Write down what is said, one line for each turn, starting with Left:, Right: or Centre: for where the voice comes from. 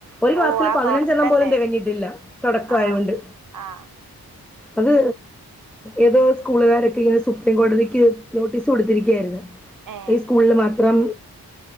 Centre: ഒരു ക്ലാസ്സില്
Right: ഓഹ് ആ
Centre: പതിനഞ്ചെണ്ണം
Right: തൊടക്കല്ലേ
Centre: പോലും തെകഞ്ഞിട്ടില്ല തൊടക്കായോണ്ട്
Right: ആഹ് ആഹ്
Centre: അത് ഏതോ സ്കൂളുകാരൊക്കെ ഇങ്ങനെ സുപ്രീം കോടതിക്ക് നോട്ടീസ് കൊടുത്തിരിക്കാരുന്ന്
Right: ഏഹ്
Centre: ഈ സ്കൂളില് മാ ത്രം